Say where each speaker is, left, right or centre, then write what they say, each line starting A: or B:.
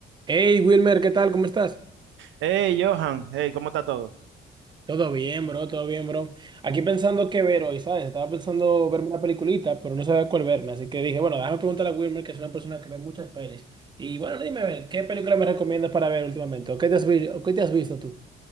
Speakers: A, on the right (about 25°); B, on the right (about 75°).
A: Hey Wilmer, ¿qué tal? ¿Cómo estás?
B: Hey, Johan, hey, ¿cómo está todo?
A: Todo bien, bro, todo bien, bro. Aquí pensando qué ver hoy, ¿sabes? Estaba pensando verme una peliculita, pero no sabía cuál verme, así que dije, bueno, déjame preguntarle a Wilmer, que es una persona que ve muchas pelis. Y bueno, dime, a ver, ¿qué película me recomiendas para ver últimamente? ¿O qué te has, vi- o qué te has visto tú?